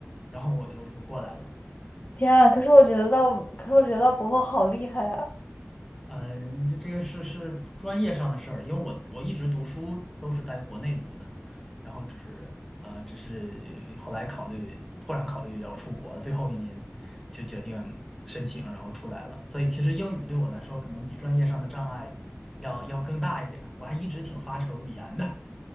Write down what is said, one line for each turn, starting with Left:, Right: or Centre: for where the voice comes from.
Centre: 然后我就我就过来了。
Left: 天啊，可是我觉得到，可是我觉得到博后好厉害啊！
Centre: 嗯，这这个是是专业上的事儿，因为我我一直读书都是在国内读的，然后只是呃，只是后来考虑，突然考虑要出国，最后一年就决定申请，然后出来了。所以其实英语对我来说，可能比专业上的障碍要要更大一点儿，我还一直挺发愁语言的。